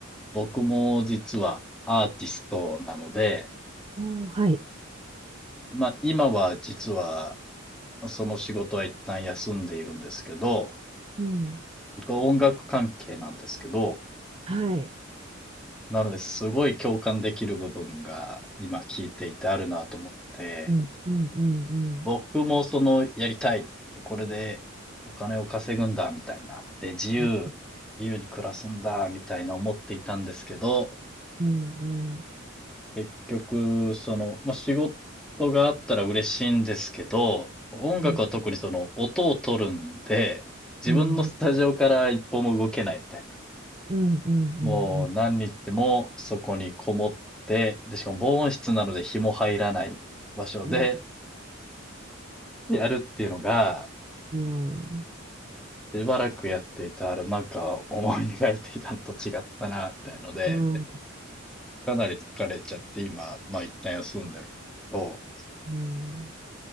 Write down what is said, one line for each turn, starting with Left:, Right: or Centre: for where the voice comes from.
Centre: 僕も実はアーティストなので、
Right: おー、はい。
Centre: まあ今は実はその仕事は一旦休んでいるんですけど、
Right: うん。
Centre: 僕は音楽関係なんですけど、
Right: はい。
Centre: なのですごい共感できる部分が今聞いていてあるなと思って、
Right: うん、うん、うん、うん。
Centre: 僕もその、やりたいって、これでお金を稼ぐんだ、みたいな。で、自由、
Right: うん、
Centre: 自由に暮らすんだ、みたいな思っていたんですけど、
Right: うん、
Centre: 結局、その、まあ、仕事があったら嬉しいんですけど、音楽は特にその、
Right: うん、
Centre: 音を取るんで、自分のスタジオから一歩も動けないみたいな。
Right: うん、うん、うん、うん
Centre: もう何日もそこにこもって、で、しかも防音室なので日も入らない場所で
Right: うんわ
Centre: やるっていうのが、
Right: うん、うん、
Centre: しばらくやっていたある、なんか思い描いていたのと違ったな、みたいので、
Right: うん、
Centre: で、かなり疲れちゃって今、まあ一旦休んでるんですけど、
Right: うん。